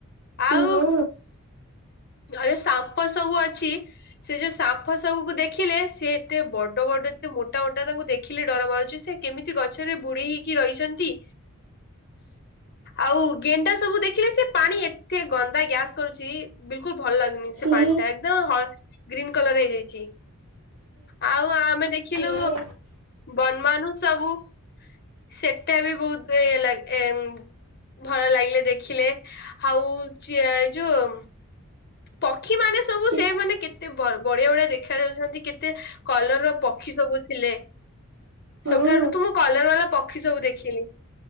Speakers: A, on the left; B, on the right.
A: ଆଉ
B: ହଁ
A: ନହେଲେ ଆଉ ସାପ ସବୁ ଅଛି। ସେ ଯୋଉ ସାପ ସବୁକୁ ଦେଖିଲେ ସେ ଏତେ ବଡ ବଡ ଏତେ ମୋଟା ମୋଟା ତାଙ୍କୁ ଦେଖିଲେ ଡର ମାଡୁଛି ସେ କେମିତି ଗଛରେ ବୁଡେଇ ହେଇକି ରହିଛନ୍ତି। ଆଉ ଗେଣ୍ଡା ସବୁ ଦେଖିଲେ ସେ ପାଣି ଏତେ ଗନ୍ଦା ଗ୍ୟାସ କରୁଛି। ବିଲିକୁଲ ଭଲ ଲାଗୁନି
B: ଛି
A: ସେ ପାଣି ଟା ଏକଦମ ହ ଗ୍ରୀନ୍ କଲର ହେଇଯାଇଛି। ଆଉ ଆମେ ଦେଖିଲୁ
B: ଏ
A: ବନମାନୁ ସବୁ ସେଟା ବି ବହୁତ ଇଏ ଲାଗେ ଏ ଭଲ ଲାଗିଲେ ଦେଖିଲେ ଆଉ ଚି ଏଇ ଯୋଉ ପକ୍ଷୀମାନେ ସବୁ
B: ଚି
A: ସେମାନେ କେତେ ବଢିଆ ବଢିଆ ଦେଖା ଯାଉଛନ୍ତି କେତେ କଲର ର ପକ୍ଷୀ ସବୁ ଥିଲେ।
B: ହଁ।
A: ସବୁଠାରୁ ତୁ କଲର ବାଲା ପକ୍ଷୀ ସବୁ ଦେଖିଲି।